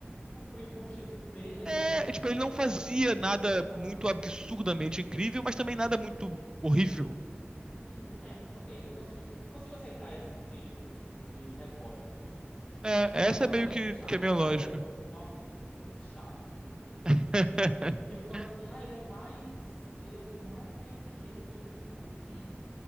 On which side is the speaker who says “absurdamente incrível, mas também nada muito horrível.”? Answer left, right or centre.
Right